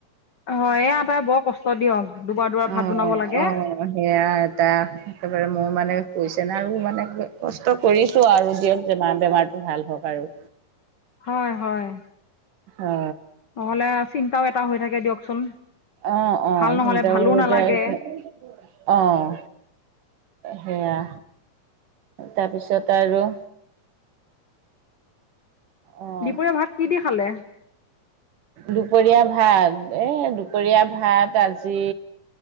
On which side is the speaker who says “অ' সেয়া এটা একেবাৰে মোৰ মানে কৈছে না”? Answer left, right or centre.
Right